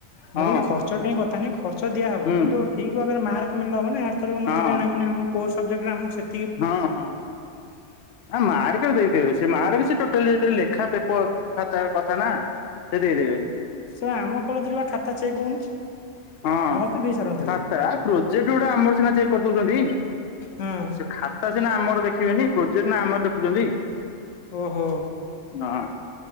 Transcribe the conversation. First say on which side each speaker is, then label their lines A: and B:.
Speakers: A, on the left; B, on the left.
A: ହଁ
B: ମୁଁ କହିଲି ଖର୍ଚ୍ଚଟାଇ କଥା ନାହିଁ ଖର୍ଚ୍ଚ ଦିଆହବ।
A: ହୁଁ
B: କିନ୍ତୁ ଠିକ୍ ଭାବରେ ମାର୍କ ମିଳେ ହବନି ଆରଥରକ ମତେ
A: ହଁ
B: କାଇଁ ଲାଗୁନି ଆମକୁ କୋଉ ସବଜେକ୍ଟରେ ସେ
A: ହଁ ହଁ ଆଁ ମାର୍କ ଦେଇଦେବେ ସେ ମାର୍କରେ ଟୋଟାଲ ଯେତେବେଳେ ଲେଖା ପେପର୍ ଖାତାର କଥା ନା ସେ ଦେଇଦେବେ।
B: ଶୁଣ ଆମ କଲେଜରେ ବା ଖାତା ଚେକ୍ ହଉନି।
A: ହଁ
B: ନହେଲେ ତ ଦେଇ ସାରନ୍ତିଣି
A: ଖାତା ପ୍ରୋଜେକ୍ଟଉରା ଆମର ସିନା ଚେକ୍ କରିଦଉଚନ୍ତି।
B: ହଁ
A: ସେ ଖାତା ସିନା ଆମର ଦେଖିବେନି ପ୍ରୋଜେକ୍ଟ ନା ଆମର ଦେଖୁଚନ୍ତି।
B: ଓହୋ
A: ନାଁ